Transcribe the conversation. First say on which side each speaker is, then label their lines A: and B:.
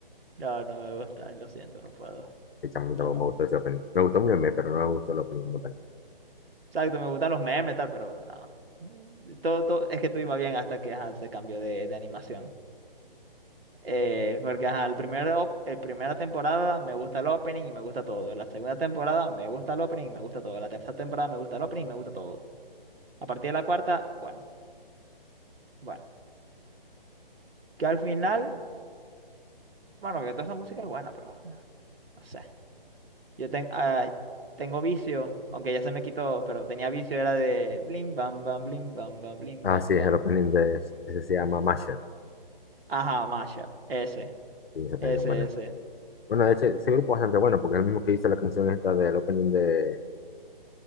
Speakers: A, on the right (about 80°); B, on the left (about 80°).
A: no, no me gusta, lo siento, no puedo.
B: Sí, chamo,
A: No me...
B: me gustó ese opening. Me gustó muy bien, pero no me gustó el opening como tal.
A: Exacto, me gustan los memes, tal, pero no. Todo, todo, es que todo iba bien hasta que ajá, se cambió de, de animación. Eh, porque ajá, el primer op- el primera temporada me gusta el opening y me gusta todo. La segunda temporada me gusta el opening y me gusta todo. La tercera temporada me gusta el opening y me gusta todo. A partir de la cuarta, bueno, bueno. Que al final, bueno, que toda esa música es buena, pero eh, no sé. Yo ten- ah, tengo vicio, aunque ya se me quitó, pero tenía vicio, era de blim bam bam, blim bam bam, blim
B: Ah,
A: bam
B: sí,
A: bam.
B: es el
A: blim.
B: opening de, ese se llama Masher,
A: Ajá, mashup. Ese,
B: sí, ese opening
A: ese,
B: es bueno.
A: ese.
B: Bueno, de hecho, ese grupo es bastante bueno porque es el mismo que hizo la canción esta del opening de,